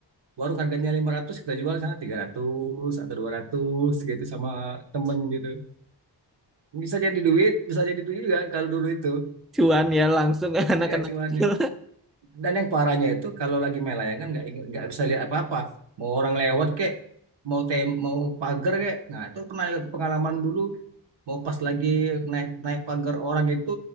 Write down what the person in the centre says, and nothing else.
cuan ya langsung anak-anak
kecil